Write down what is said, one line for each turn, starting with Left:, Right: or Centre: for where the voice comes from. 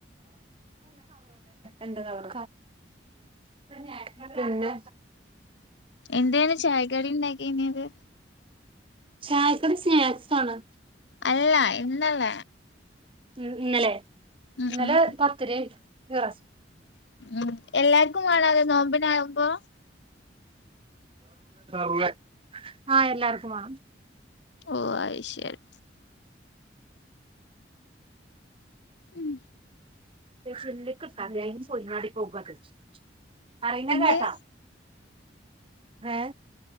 Right: എന്തു കവർ പിന്നെ
Left: എന്തേയ്‌ന്ന് ചായക്കടി ണ്ടാക്കിന്നത്
Right: ചായക്കടി സ്നാക്സ് ആണ്
Left: ഇല്ല ഇന്നല്ല
Right: ഉം ഇന്നലെ
Left: ഉം
Right: ഇന്നലെ
Left: ഉം
Right: പത്തിരി റെ
Left: ഉം എല്ലാർക്കും വേണോ അത് നോമ്പിനാവുമ്പോ
Right: <inaudible> ആ എല്ലാർക്കും മാണം
Left: ഓ അയിശരി ഉം
Right: <unintelligible> പോയിങ്ങാടി <unintelligible> പോകത് പറയുന്ന
Left: എന്തേ
Right: കേക്കാ ഏ